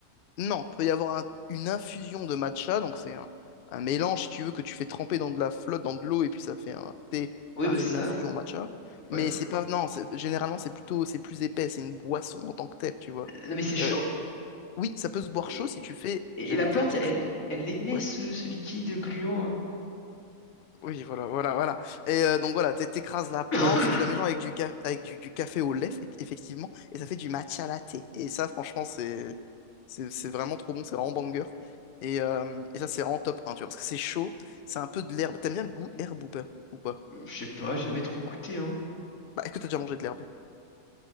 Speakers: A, on the left (about 80°); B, on the left (about 60°).
A: non peut y avoir un- une infusion de matcha donc c'est un, un mélange si tu veux que tu fais tremper dans de la flotte dans de l'eau et puis ça fait un thé
B: Oui,
A: un-
B: bah c'est
A: une infusion
B: ça. Non,
A: au matcha mais
B: Ouais.
A: c'est pas non c'est- généralement c'est plutôt c'est plus épais c'est une boisson en tant que telle tu vois
B: Non, mais c'est chaud.
A: Euh, oui ça peut se boire
B: Et,
A: chaud si tu fais
B: et-
A: j'allais
B: et la plante,
A: te le dire
B: elle, elle émet
A: ouais
B: ce, ce liquide gluant.
A: Oui, voilà, voilà, voilà. Et euh, donc voilà, t'é- t'écrases la plante,
B: <coughs>
A: tu la mélanges avec du, ga- avec du, du café au lait, eff- effectivement, et ça fait du matcha latte. Et ça, franchement, c'est c'est c'est vraiment trop bon, c'est vraiment banger. Et, euh, et ça, c'est vraiment top 1, tu vois, parce que c'est chaud, c'est un peu de l'herbe. T'aimes bien le goût herbe ou pas? Ou pas?
B: Je sais pas, jamais trop goûté, hein.
A: Bah, est-ce que t'as déjà mangé de l'herbe?